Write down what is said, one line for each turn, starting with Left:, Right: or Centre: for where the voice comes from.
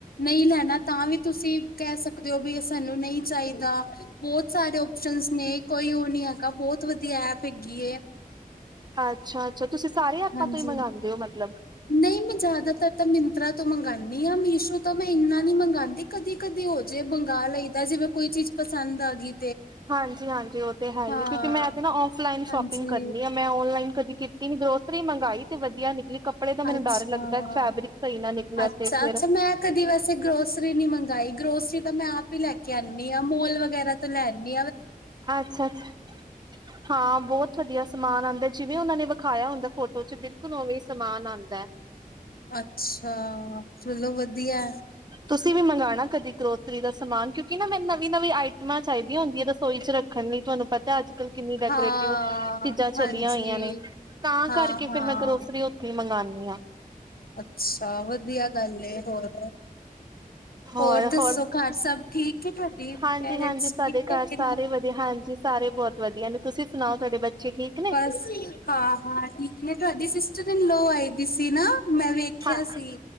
Left: ਨਈ ਲੈਣਾ ਤਾਂ ਵੀ ਤੁਸੀਂ ਕੈ ਸਕਦੇ ਓ ਵੀ ਸਾਨੂੰ ਨਈ ਚਾਈਦਾ ਬੋਤ ਸਾਰੇ ਓਪਸ਼ਨਸ ਨੇ ਕੋਈ ਓ ਨੀ ਹੈਗਾ ਬੋਤ ਵਧੀਆ ਐਪ ਹੈਗੀ ਏ
Right: ਅੱਛਾ ਅੱਛਾ ਤੁਸੀਂ ਸਾਰੇ ਆਪਾਂ
Left: ਹਾਂਜੀ
Right: ਤੋਂ ਈ ਮੰਗਾਦੇ ਓ ਮਤਲਬ
Left: ਨਹੀਂ ਮੈਂ ਜਿਆਦਾਤਰ ਤਾਂ ਮਿੰਤਰਾ ਤੋਂ ਮੰਗਾਨੀ ਆ ਮੀਸ਼ੋ ਤੋਂ ਮੈਂ ਇੰਨਾ ਨੀ ਮੰਗਾਂਦੀ ਕਦੀ ਕਦੇ ਹੋਜੇ ਬੰਗਾ ਲਈ ਦਾ ਜਿਵ ਕੋਈ ਚੀਜ਼ ਪਸੰਦ ਆ ਗੀ
Right: ਹਾਂਜੀ-ਹਾਂਜੀ ਓ ਤੇ ਹੈ
Left: ਹਾਂ
Right: ਈ ਕਿਉਂਕਿ ਮੈਂ ਅੱਜ ਆਫਲਾਈਨ
Left: ਹਾਂਜੀ
Right: ਸ਼ੋਪਿੰਗ ਕਰਨੀ ਆ ਮੈਂ ਓਨਲਾਈਨ ਕਦੀ ਕੀਤੀ ਨੀ ਗਰੋਸਰੀ ਮੰਗਾਈ ਵਧੀਆ ਨਿਕਲੀ ਕੱਪੜੇ ਦਾ ਮੈਨੂੰ
Left: ਅੱਛਾ
Right: ਡਰ ਲੱਗਦਾ ਫੈਬਰਿਕ ਸਹੀ ਨਾ ਨਿਕਲਿਆ
Left: ਅੱਛਾ-ਅੱਛਾ
Right: ਤੇ ਫੇਰ
Left: ਮੈਂ ਕਦੀ ਵੈਸੇ ਗਰੋਸਰੀ ਨੀ ਮੰਗਾਈ ਗਰੋਸਰੀ ਤਾਂ ਮੈਂ ਆਪ ਹੀ ਲੈ ਕੇ ਆਉਂਦੀ ਹਾਂ ਮੋਲ ਵਗੈਰਾ ਤੋਂ ਲੈਦੀ
Right: ਅੱਛਾ-ਅੱਛਾ ਹਾਂ ਬਹੁਤ ਵਧੀਆ ਸਮਾਨ ਆਉਂਦਾ ਜੀ ਵੇ ਉਹਨਾਂ ਨੇ ਵਿਖਾਇਆ ਹੁੰਦਾ ਫੋਟੋ ਚ ਬਿਲਕੁਲ ਉਵੇਂ ਸਮਾਨ ਆਉਂਦਾ ਹੈ
Left: ਅੱਛਾ ਚਲੋ ਵਧੀਆ
Right: ਤੁਸੀਂ ਵੀ ਮੰਗਉਣਾ ਕਦੀ ਗਰੋਸਰੀ ਦਾ ਸਮਾਨ ਕਿਉਂਕਿ ਨਾ ਮੈ ਨਵੀਂ-ਨਵੀਂ ਆਈਟਮ ਚਾਹੀਦੀਆਂ ਹੁੰਦੀ ਰਸੋਈ ਚ ਰੱਖਣ ਲਈ ਤੁਹਾਨੂੰ ਪਤਾ ਅੱਜ ਕੱਲ ਕਿੰਨੀ ਡੈਕੋਰੇਟਿਵ
Left: ਹਾਂ
Right: ਚੀਜ਼ਾਂ
Left: ਹਾਂਜੀ
Right: ਚਲੀਆਂ ਹੋਈਆਂ ਨੇ ਤਾਂ
Left: ਹਾਂ-ਹਾਂ
Right: ਕਰਕੇ ਫੇਿਰ ਮੈਂ ਗਰੋਸਰੀ ਉੱਥੇ ਹੀ ਮੰਗਉਂਦੀ ਆ
Left: ਅੱਛਾ ਵਧੀਆ ਗੱਲ ਹੋਰ-ਹੋਰ
Right: ਹੋਰ-ਹੋਰ
Left: ਦੱਸੋ ਘਰ ਸਬ ਠੀਕ ਤੁਹਾਡੀ ਪੇਰੈਂਟਸ
Right: ਹਾਂਜੀ-ਹਾਂਜੀ
Left: ਠੀਕ
Right: ਸਾਡੇ
Left: ਹੈਗੇ
Right: ਘਰ ਸਾਰੇ
Left: ਨੇ
Right: ਵਧੀਆ ਹਾਂਜੀ ਸਾਰੇ ਬਹੁਤ ਵਧੀਆ ਨੇ ਤੁਸੀਂ ਸੁਣਾਓ ਤੁਹਾਡੇ ਬੱਚੇ ਠੀਕ ਨੇ?
Left: ਬਸ ਹਾਂ-ਹਾਂ ਠੀਕ ਨੇ ਤੁਹਾਡੀ ਸਿਸਟਰ ਲੋ ਆਈ ਦੀ ਸੀ ਨਾ ਮੈਂ ਵੇਖਿਆ
Right: ਹਾਂ
Left: ਸੀ